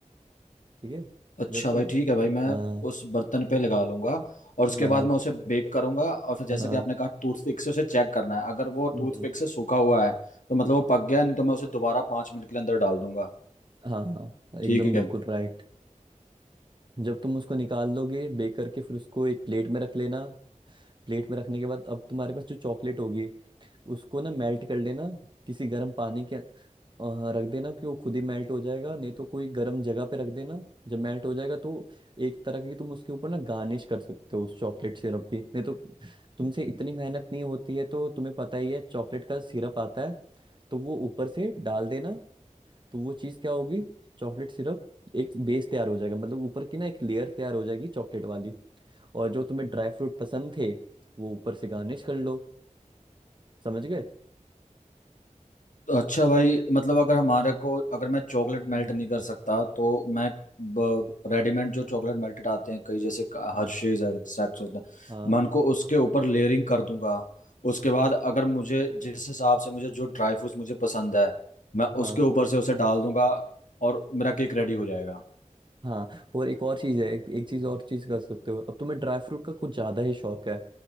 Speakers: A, on the right; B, on the left.
A: ठीक है
B: अच्छा
A: जब तुम
B: भाई ठीक है भाई मैं
A: हाँ
B: उस बर्तन पे लगा लूंगा और उसके
A: हाँ
B: बाद मैं उसे बेक करूंगा और फिर जैसे
A: हाँ
B: कि आपने कहा टूथपिक से उसे चेक करना है अगर वो
A: हम्म,
B: टूथपिक से सूखा हुआ है तो मतलब वो पक गया है, नहीं तो मैं उसे दोबारा पाँच मिनट के लिए अंदर डाल दूंगा
A: हाँ हाँ एकदम
B: ठीक
A: बिल्कुल
B: है
A: राइट जब तुम उसको निकाल लोगे बेक करके फिर उसको एक प्लेट में रख लेना प्लेट में रखने के बाद अब तुम्हारे पास जो चॉकलेट होगी उसको ना मेल्ट कर लेना किसी गर्म पानी के अ, रख देना कि वो खुद ही मेल्ट हो जाएगा नहीं तो कोई गर्म जगह पे रख देना जब मेल्ट हो जाएगा तो एक तरह की तुम उसके ऊपर ना गार्निश कर सकते हो उस चॉकलेट सिरप की नहीं तो तुमसे इतनी मेहनत नहीं होती है तो तुम्हें पता ही है चॉकलेट का सिरप आता है तो वो ऊपर से डाल देना तो वो चीज़ क्या होगी चॉकलेट सिरप एक बेस तैयार हो जाएगा मतलब ऊपर की ना एक लेयर तैयार हो जाएगी चॉकलेट वाली और जो तुम्हें ड्राई फ्रूट पसंद थे वो ऊपर से गार्निश कर लो समझ गए
B: तो अच्छा भाई मतलब अगर हमारे को अगर मैं चॉकलेट मेल्ट
A: हम्म,
B: नहीं कर सकता तो मैं रेडीमेड जो चॉकलेट मेल्टेड आते हैं कई जैसे
A: हम्म।
B: हर्शीज है Saxos है
A: हाँ
B: मैं उनको उसके ऊपर लेयरिंग कर दूंगा उसके बाद अगर मुझे जिस हिसाब से मुझे जो ड्राई फ्रूट्स मुझे पसंद है मैं
A: हाँ
B: उसके ऊपर से उसे डाल दूंगा और मेरा केक रेडी हो जाएगा
A: हाँ और एक और चीज है एक, एक चीज और चीज कर सकते हो अब तुम्हें ड्राई फ्रूट का कुछ ज्यादा ही शौक है